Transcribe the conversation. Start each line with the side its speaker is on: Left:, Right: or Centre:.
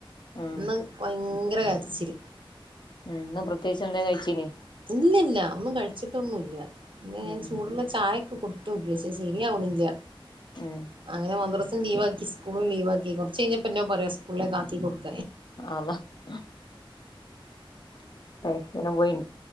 Left: ഉം
Right: ഇന്ന് ഭയങ്ക ഭയങ്കര കരച്ചിൽ
Left: ഏഹ് ഇന്ന് പ്രത്യേകിച്ച് എന്തെങ്കിലും കഴിച്ചിനോ
Right: ഇല്ലല്ല ഒന്നും കഴിച്ചിട്ടൊന്നുംല്ല പിന്നെ ഞാൻ
Left: ഉം
Right: ചൂടുള്ള ചായ- ക്കെ കൊടുത്തോക്കി ശരിയാവണില്ല
Left: ഉം
Right: അങ്ങനെ മദ്രസും ലീവ് ആക്കി സ്കൂൾ ലീവാക്കി കുറച്ച്കഴിഞ്ഞ പിന്നെ പറയാ സ്കൂളേക്ക് ആക്കി കൊടുക്കി
Left: അള്ളാഹ് <unintelligible> പോയിൻ